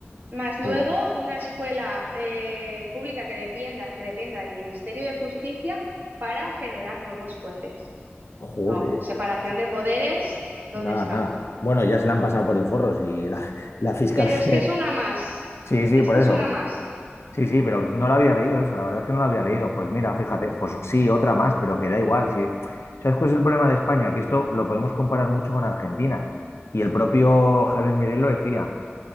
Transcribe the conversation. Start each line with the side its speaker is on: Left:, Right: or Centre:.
Right: Más luego
Left: Jo-
Right: una escuela eh, pública que dependa, que dependa del Ministerio de Justicia para generar nuevos jueces.
Left: Joder,
Right: No, separación
Left: eso-
Right: de poderes, ¿dónde
Left: nada,
Right: está?
Left: nada. Bueno, ya se la han pasado por el forro, si la, la fiscal
Right: Pero
Left: <laughs> general.
Right: es que es una más,
Left: Sí, sí,
Right: es
Left: por
Right: que
Left: eso.
Right: es una más.
Left: Sí, sí, pero no lo había leído eso, la verdad es que no lo había leído. Pues mira, fíjate, pues sí, otra más, pero que da igual. Sí. ¿Sabes cuál es el problema de España? Que esto lo podemos comparar mucho con Argentina. Y el propio Javier Milei lo decía,